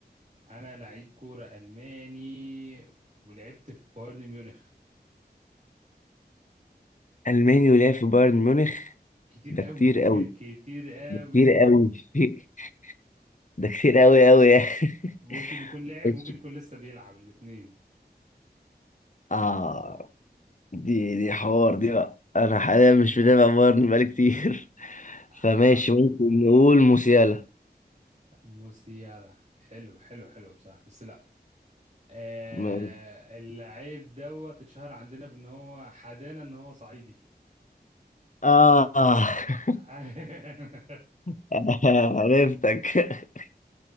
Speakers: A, on the right; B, on the left.
A: أنا لعيب كورة ألماني ولعبت في بايرن ميونخ
B: ألماني ولعب في بايرن ميونخ
A: كتير
B: ده
A: قوي
B: كتير قوي
A: <laughs> كتير قوي
B: كتير قوي <laughs> ده كتير قوي قوي يعني
A: <laughs> ممكن
B: <laughs>
A: يكون لعب
B: ماشي.
A: ممكن يكون لسه بيلعب الاثنين
B: آه دي دي حوار دي بقى أنا حاليا مش متابع بايرن بقالي كتير <laughs>
A: اه
B: فماشي ممكن نقول موسيالا
A: موسيالا حلو حلو حلو بصراحة بس لا آه
B: م-
A: اللعيب دوت اتشهر عندنا بان هو حدانا ان هو صعيدي
B: آه
A: <laughs>
B: <laughs> عرفتك <laughs>